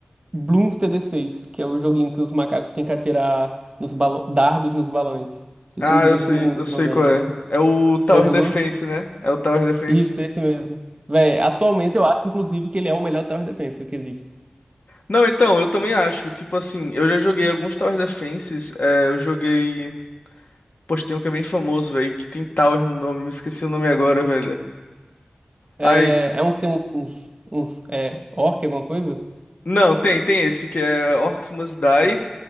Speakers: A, on the right; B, on the left.
A: Bloons T D seis, que é o joguinho que os macacos têm que atirar nos balão, dardos nos balões. Eu
B: Ah,
A: tô me divertindo
B: eu sei,
A: muito
B: eu sei
A: jogando,
B: qual
A: velho.
B: é. É o Tower
A: Já jogou?
B: Defense, né? É o Tower Defense.
A: Isso, esse mesmo. Véi, atualmente eu acho, inclusive, que ele é o melhor tower defense que existe.
B: Não, então, eu também acho. Tipo assim, eu já joguei alguns Tower Defenses. é, eu joguei. Poxa, tem um que é bem famoso, velho, que tem Tower no nome. Me esqueci o nome agora, velho.
A: É,
B: Ai.
A: é um que tem uns, uns é, orc, alguma coisa?
B: Não, tem, tem esse, que é Orcs Must Die,